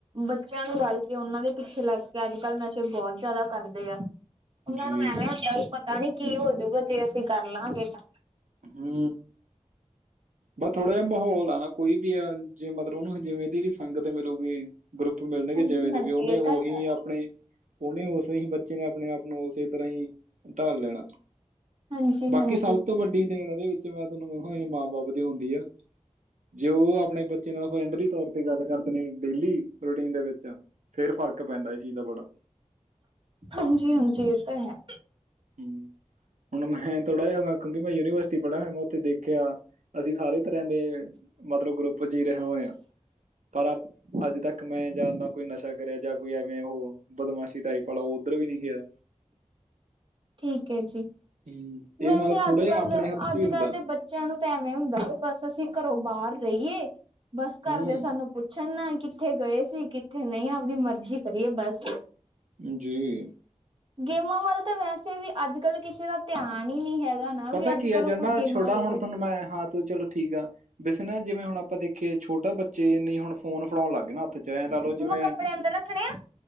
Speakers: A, on the right; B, on the right.
A: ਬੱਚਿਆਂ ਨੂੰ ਰਲ ਕੇ ਉਹਨਾਂ ਦੇ ਪਿੱਛੇ ਲੱਗ ਕੇ ਅੱਜ ਕੱਲ੍ਹ ਨਸ਼ੇ ਬਹੁਤ ਜ਼ਿਆਦਾ ਕਰਦੇ ਆ। ਉਹਨਾਂ
B: ਜੀ
A: ਨੂੰ ਐਵੇਂ ਹੁੰਦਾ ਵੀ ਤਾਂ ਨੀ ਕੀ ਹੋਜੂਗਾ। ਤੇ ਅਸੀਂ ਕਰ ਲਾਂਗੇ ਤਾਂ
B: ਹੂੰ ਬਸ ਥੋੜਾ ਜਿਹਾ ਮਾਹੌਲ ਆ ਨਾ ਕੋਈ ਵੀ ਆ ਜੇ ਮਤਲਬ ਉਹਨੂੰ ਜਿਵੇਂ ਦੀ ਵੀ ਸੰਗਤ ਮਿਲੂਗੀ ਗਰੁੱਪ ਮਿਲਣਗੇ
A: ਹਾਂਜੀ
B: ਜਿਵੇਂ ਦੇ
A: ਹਾਂਜੀ
B: ਵੀ ਉਹਨੇ
A: ਇਹ
B: ਉਹੀ
A: ਤਾਂ ਹੈ
B: ਆਪਣੇ ਉਹਨੇ ਉਸ ਤੁਸੀਂ ਬੱਚੇ ਨੇ ਆਪਣੇ ਆਪ ਨੂੰ ਉਸੇ ਤਰ੍ਹਾਂ ਹੀ ਢਾਲ ਲੈਣਾ
A: ਹਾਂਜੀ
B: ਬਾਕੀ
A: ਹਾਂਜੀ
B: ਸਭ ਤੋਂ ਵੱਡੀ ਦੇਣ ਉਹਦੇ ਵਿੱਚ ਮੈਂ ਤੁਹਾਨੂੰ ਕਹਾਂ <unintelligible> ਮਾਂ ਬਾਪ ਦੀ ਹੁੰਦੀ ਆ, ਜੇ ਉਹ ਆਪਣੇ ਬੱਚੇ ਨਾਲ ਫਰੈਂਡਲੀ ਤੌਰ ਤੇ ਗੱਲ ਕਰਦੇ ਨੇ ਡੇਲੀ ਰੂਟੀਨ ਦੇ ਵਿੱਚ ਫਿਰ ਫ਼ਰਕ ਪੈਂਦਾ ਇਹ ਚੀਜ਼ ਦਾ ਬੜਾ।
A: ਹਾਂਜੀ, ਹਾਂਜੀ ਇਹ ਤਾਂ ਹੈ।
B: ਹੂੰ, ਹੁਣ ਮੈਂ ਥੋੜ੍ਹਾ ਜਹਾ ਮੈਂ ਕਿਉਂਕਿ ਮੈਂ ਯੂਨੀਵਰਸਿਟੀ ਪੜ੍ਹਿਆ ਹੋਇਆ ਮੈਂ ਉੱਥੇ ਦੇਖਿਆ ਅਸੀਂ ਸਾਰੇ ਤਰ੍ਹਾਂ ਦੇ ਮਤਲਬ ਗਰੁੱਪ ਚੀ ਰਿਹਾ ਹੋਏ ਆ ਪਰ ਅੱਜ ਤੱਕ ਮੈਂ ਜਾਂ ਤਾ ਕੋਈ ਨਸ਼ਾ ਕਰਿਆ ਜਾਂ ਕੋਈ ਐਵੇਂ ਉਹ ਬਦਮਾਸ਼ੀ ਟਾਈਪ ਵਾਲਾ ਉਹ ਉੱਧਰ ਵੀ ਨਹੀਂ ਗਿਆ।
A: ਠੀਕ ਹੈ ਜੀ।
B: ਹੂੰ ਇਹ
A: ਵੈਸੇ
B: ਮਤਲਬ ਥੋੜਾ
A: ਅੱਜ
B: ਜਿਹਾ
A: ਕੱਲ
B: ਆਪਣੇ
A: ਦੇ,
B: ਹੱਥ 'ਚ
A: ਅੱਜ
B: ਹੀ ਹੁੰਦਾ
A: ਕੱਲ੍ਹ ਦੇ ਬੱਚਿਆਂ ਨੂੰ ਤਾਂ ਐਵੇਂ ਹੁੰਦਾ ਬਸ ਅਸੀਂ ਘਰੋਂ ਬਾਹਰ ਰਹੀਏ। ਬਸ ਘਰਦੇ
B: ਹੂੰ
A: ਸਾਨੂੰ ਪੁੱਛਣ ਨਾ ਕਿੱਥੇ ਗਏ ਸੀ, ਕਿੱਥੇ ਨਹੀਂ? ਆਪਦੀ ਮਰਜ਼ੀ ਕਰੀਏ ਬਸ।
B: ਹਾਂ ਜੀ।
A: ਗੇਮਾ ਨੂੰ ਵੱਲ ਤਾਂ ਵੈਸ ਵੀ ਕਿਸੇ ਦਾ ਅੱਜ ਕੱਲ ਕਿਸੇ ਦਾ ਧਿਆਨ ਹੀ ਨਹੀਂ ਹੈਗਾ ਨਾ
B: ਪਤਾ
A: ਵੀ ਅੱਜ
B: ਕੀ ਆ
A: ਕੱਲ
B: ਜਦ
A: ਉਹ ਕੋਈ
B: ਨਾ
A: ਗੇਮਾਂ
B: ਛੋਟਾ
A: ਖੇਲੇ
B: ਹੁਣ ਤੁਹਾਨੂੰ ਮੈਂ ਹਾਂ ਤੇ ਚਲੋ ਠੀਕ ਆ। ਨਾ ਜਿਵੇਂ ਹੁਣ ਆਪਾਂ ਦੇਖੀਏ ਛੋਟਾ ਬੱਚਾ ਬੱਚੇ ਨੀ ਹੁਣ ਫੋਨ ਫੜਾਉਣ ਲੱਗ ਗਏ ਨਾ ਹੱਥ ਚ ਐ ਲਾ ਲਓ
A: ਮੰਮਾ
B: ਜਿਵੇਂ
A: ਕੱਪੜੇ ਅੰਦਰ ਰੱਖਣੇ ਆ